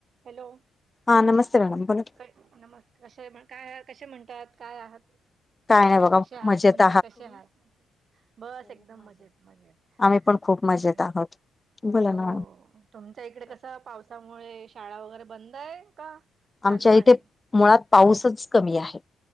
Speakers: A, on the right; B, on the left.
A: Hello.
B: हा नमस्ते madam बोला.
A: काय नमस्कार क काय कसे म्हणतातात काय आहात.
B: काय नाही बघा
A: कसे आहात
B: मजेत
A: तुम्ही कसे आहात. बस एकदम मजेत मजेत
B: आम्ही पण खूप मजेत
A: मेत.
B: आहोत बोला
A: हो
B: ना मॅडम
A: तुमच्या इकडे कसं पावसामुळे मु शाळा वगैरे बंद आहे का चालू
B: आमच्या इथे
A: आहे
B: मुळात पाऊसच कमी आहे